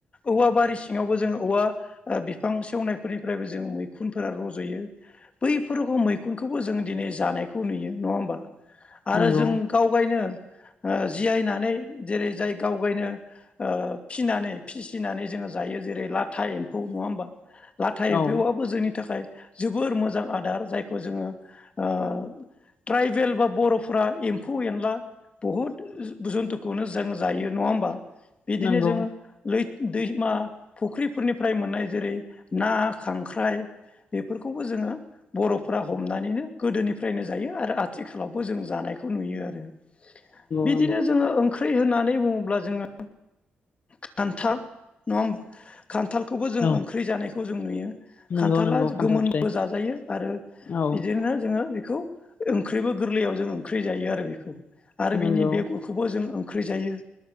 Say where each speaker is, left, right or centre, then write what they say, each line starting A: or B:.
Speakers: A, on the left (about 30°); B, on the left (about 50°).
A: औवा बारि सिङावबो जोङो औवा ओ बिफां सेवनायफोरनिफ्रायबो जोङो मैखुनफोर रज'यो बैफोरखौ मैखुनखौबो जों दिनै जानायखौ नुयो नङा होमबा। आरो
B: नंगौ
A: जों गावगायनो ओ जियायनानै जेरै जाय गाव गायनो ओ फिनानै फिसिनानै जोङो जायो। जायो जेरै लाथा एम्फौ नङा होमबा, लाथा एम्फौबो
B: औ
A: जोंनि थाखाय जोबोर मोजां आदार जायखौ जोङो ओ ट्राइबेल बा बर'फोरा एम्फौ एनला बुहुत जु-जुन्थुखौनो जों जायो नङा होनबा। बिदिनो
B: नंगौ
A: जोङो लै दैमा फुख्रिफोरनिफ्राय मोननाय जेरै ना खांख्राइ- बेफोरखौबो जोङो बरफ्रा हमनानैनो गोदोनिफ्रायनो जायो आरो आथिखालावबो जों जानाय- खौ नुयो आरो बिदिनो
B: नंगौ
A: जोङो ओं- ख्रि होननानै बुङोब्ला जोङो खान्थाल नङा होनबा। खान्थालखौबो जों
B: औ
A: ओंख्रि जानायखौ जों नुयो।
B: नंगौ
A: खान्थाला
B: नंगौ खान्थाल
A: गोमोनबो
B: फिथाइ
A: जाजायो आरो
B: औ
A: बिदिनो जोङो बे- खौ ओंख्रिबो गोरलैआव जोङो ओंख्रि जायो आरो बेखौ आरो
B: नंगौ
A: बेनि बेगरखौबोजों ओं- ख्रि जायो।